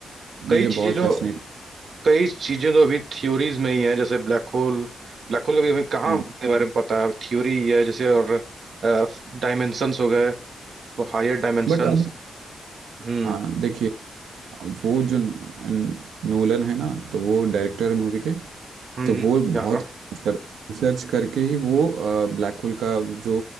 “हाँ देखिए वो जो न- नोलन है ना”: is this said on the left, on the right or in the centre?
Right